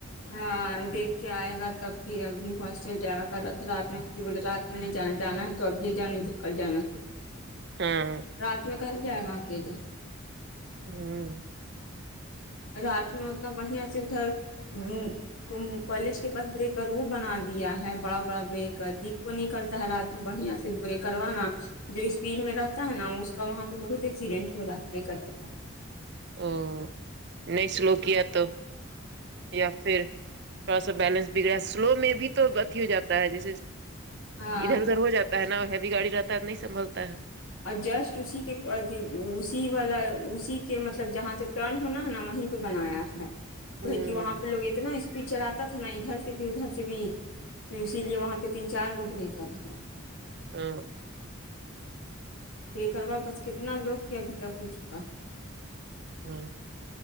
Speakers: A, on the left (about 80°); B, on the right (about 50°).
A: ہاں دیکھ کے آئے گا تب پھر ابھی ہاسٹل جائے گا کر رات میں بولے رات نہیں جا جانا ہے تو اب یہ جا نہیں تو کل جانا تو
B: ہاں
A: رات میں کہاں جائے گا اکیلے
B: ہوں
A: رات میں اتنا بڑھیا سے ادھر جی کالج کے پاس بریکر وہ بنا دیا ہے بڑا بڑا بریکر دکھ کو نہیں کرتا ہے رات بڑھیا سے بریکر وا نا جو اسپیڈ میں رہتا ہے نا اس کا وہاں پہ بہت ایکسیڈنٹ ہو رہا ہے بریکر کے پاس
B: ا نہیں سلو کیا تو یا پھر تھوڑا سا بیلنس بگڑا ہے سلو میں بھی تو اھی ہو جاتا ہے جیسے
A: ہاں
B: ادھر ادھر ہو جاتا تا ہے نا ہیوی گاڑی رہتا ہے نہیں سنبھلتا ہے
A: اور جسٹ اسی کے اسی والا اسی کے مطلب جہاں سے ٹرن ہونا ہے نا وہیں بنایا ہے
B: ہوں
A: کہ کہ وہاں پہ لوگ اتنا اسپیڈ چلاتے تھا نا ادھر سے بھی ادھر سے بھی تو اسی لیے وہاں پہ تین چار بریکر ہیں
B: اں
A: بریکروا پاس کتنا لوگ کے ابھی تک ہو چکا
B: ہاں